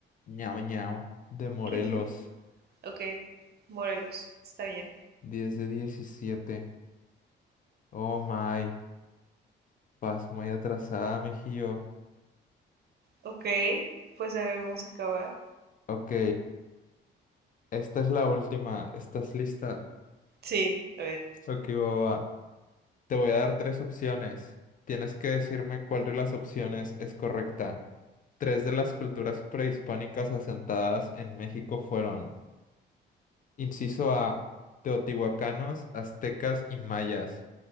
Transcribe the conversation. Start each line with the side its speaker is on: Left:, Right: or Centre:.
Left: Ñao Ñao. De Morelos.
Right: ¿Qué es eso? Ok, Morelos, está bien.
Left: 10 de 17. Oh my. Vas muy atrasada, mijío.
Right: Ok, pues a ver, vamos a acabar.
Left: Ok. Esta es la última. ¿Estás lista?
Right: Sí, a ver.
Left: Ok, boba. Te voy a dar tres opciones. Tienes que decirme cuál de las opciones es correcta. Tres de las culturas prehispánicas asentadas en México fueron. Inciso A, teotihuacanos, aztecas y mayas.